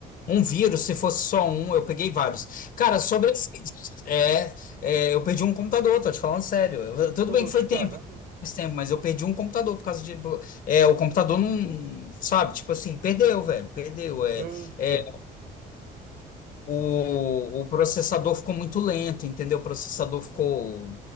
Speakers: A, on the left; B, on the right.
A: Um vírus, se fosse só um, eu peguei vários. Cara, sobre esse, é, é, eu perdi um computador, tô te falando sério. Eu- tudo bem
B: Oxe,
A: que foi tempo,
B: caramba,
A: faz tempo, mas eu perdi um computador por causa de, é, o computador não, sabe, tipo assim, perdeu, velho, perdeu. É,
B: eita.
A: é, o, o processador ficou muito lento, entendeu? O processador ficou.